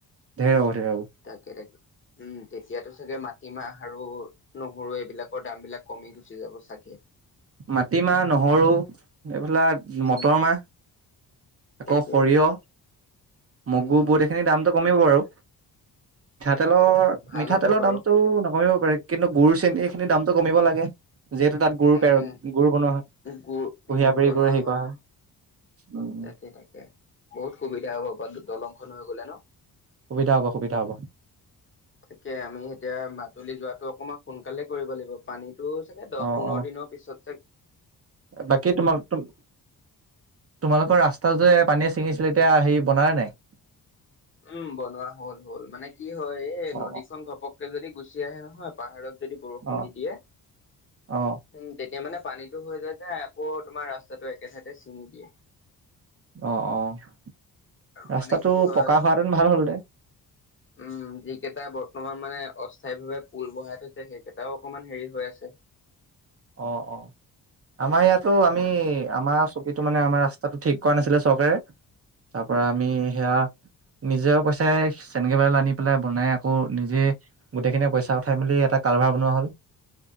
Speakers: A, on the right; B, on the left.
A: ঢেৰ হ'ব ঢেৰ হ'ব
B: তাকে তাকে উম তেতিয়াতো চাগে মাটিমাহ আৰু নহৰু এইবিলাকৰ দাম বিলাক কমি গুচি যাব চাগে।
A: মাটিমাহ নহৰু এইবিলাক
B: উম
A: মটৰ মাহ আকৌ
B: তাকে
A: সৰিয়হ মগু
B: উম হম
A: বুট এইখিনি দামটো কমিব আৰু। মিঠাতেলৰ
B: তাকে ভাল
A: মিঠাতেলৰ
B: হ'ব বাৰু
A: দামতটো নকমিব পাৰে। কিন্তু গুৰ, চেনি এইখিনি দামটো কমিব লাগে যিহেতু তাত গুৰ
B: উম
A: পে গুৰ বনোৱা হয়
B: গুৰ
A: কুঁহিয়াপাৰি
B: বনোৱা
A: গুৰ হেৰি কৰা হয় উম।
B: সেই তাকেই। বহুত সুবিধা হব বা দলংখন হৈ গ'লে ন?
A: সুবিধা হ'ব সুবিধা হ'ব।
B: তাকে আমি এতিয়া মাজুলী যোৱাতটো অকণমান সোনকালে কৰিব লাগিব পানীতটো চাগে দহ
A: অ
B: পোন্ধৰ
A: অ
B: দিনৰত পিছত চাগে
A: বাকী তোমাৰ তোম তোমালোকৰ ৰাস্তাটো যে পানীয়ে ছিঙিছিলে এতিয়া হেৰি বনালে নাই?
B: উম বনোৱা হল হ'ল, মানে কি হয় এই
A: অ
B: নদীখন ঘপককে যদি গুচি আহে নহয়। পাহাৰত যদি বৰষুণ
A: অ
B: দি দিয়ে।
A: অ
B: উম তেতিয়া মানে পানীটো হৈ যায় যে আকৌ তোমাৰ ৰাস্তাটো একে ঠাইতে ছিঙি দিয়ে।
A: অ' অ'
B: আৰু
A: ৰাস্তাটো
B: মানে কি হয়
A: পকা হোৱা হেতেন ভাল হ'ল হেতে
B: উম, যিকেইটা বৰ্তমান মানে অস্থায়ীভাৱে পুল বহাই থৈছে সেইকেইটাও অকমান হেৰি হৈ আছে।
A: অ' অ'। আমাৰ ইয়াতো আমি, আমাৰ চুবুৰীটো মানে আমাৰ ৰাস্তাটো ঠিক কৰা নাছিলে চৰকাৰে। তাৰ পৰা আমি
B: উম
A: সেয়া নিজৰ পইচাই <unintelligible> আনি পেলাই বনাই আকৌ নিজে গোটেইখিনিয়ে পইচা উঠাই মেলি এটা কালভাৰ বনোৱা হ'ল।